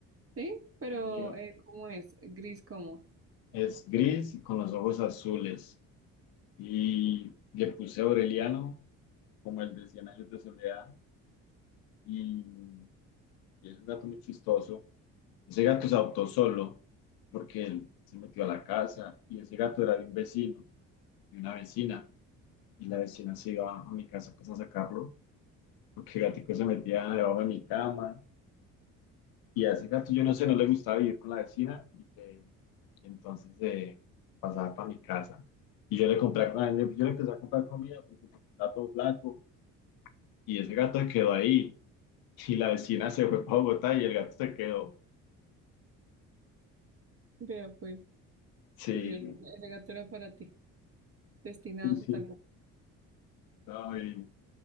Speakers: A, on the right (about 40°); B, on the left (about 75°).
A: sí, pero
B: el mío
A: eh, ¿cómo es? Gris como.
B: es gris y con los ojos azules. Y le puse Aureliano, como el de Cien años de soledad, y, y es un gato muy chistoso. Ese gato se adoptó solo porque él se metió a la casa y ese gato era de un vecino, de una vecina. y la vecina se iba a mi casa pues a sacarlo, porque el gatico se metía debajo de mi cama y a ese gato yo no sé, no le gustaba vivir con la vecina y que- y entonces eh, pasaba para mi casa. Y yo le compré, a- yo le empecé a comprar comida porque estaba todo flaco y ese gato se quedó ahí y la vecina se fue para Bogotá y el gato se quedó.
A: Vea, pues,
B: Sí,
A: curioso, ese gato era para ti, destinado
B: sí, sí.
A: a tal
B: No, y,